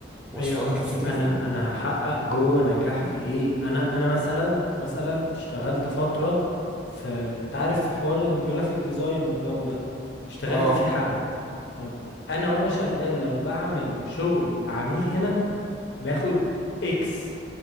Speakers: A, in the centre; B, on the left.
A: واصله
B: ايوه
A: لك الفكره
B: انا
A: في ايه
B: انا هحقق جوه نجاح في ايه انا انا مثلا مثلا اشتغلت فتره في انت عارف في حوار الجرافيك ديزاين والجو ده اشتغلت
A: اه
B: فيه حبه طب انا وانا شغال لو بعمل شغل لعميل هنا باخد اكس